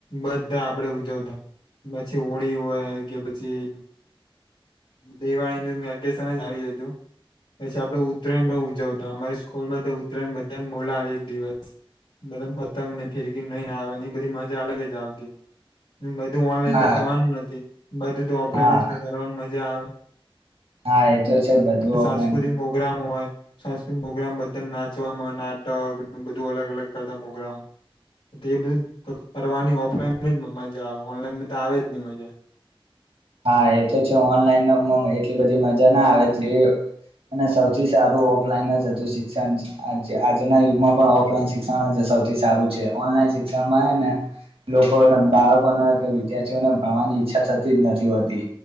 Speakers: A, on the left; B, on the right.
A: બધા આપડે ઉજવતા. પછી હોળી હોય કે પછી. દિવાળીનું વેકેશન આવી જ હતું. પછી આપડે ઉત્તરાયણ ન ઉજવતા અમારા સ્કૂલમાં તો ઉત્તરાયણ બધા મોોલા આવે એક દિવસ. બધમ પતંગ ને ફિરકીને નઈ આવે એની બધી મજા અલગ જ આવતી. બધું ઓનલાઈન
B: હા
A: તો થવાનું નથી બધું તો ઓફલાઈન
B: હા
A: કરવાની મજા આવે. <inaudible>
B: હા એ તો છે બધું ઓફલાઈન
A: સાંસ્કૃતિક પ્રોગ્રામ હોય સાંસ્કૃતિક પ્રોગ્રામ બધા નાચવાવામાં. નાટક બધું અલગ અલગ કરતા પ્રગ્રામ બધ કરવાની. ઓફલાઈન જ મજા આવે ઓનલાઈન તો આવે જ નહી મજા.
B: હા એ તો છે ઓનલાઈન ન એટલી બધી મજા ના આવે. અને સૌથી સારું ઓફલાઈન જ હતું શિક્ષણ આજના યુગમાં પણ ઓફલાઈન શિક્ષણ જ. સૌથી સારું છે ઓનલાઈન શિક્ષણ માં ને. લોકોને બાળકોને કે વિદ્યાર્થીઓને ભણવાની ઈચ્છા થતી જ નથી હોતી.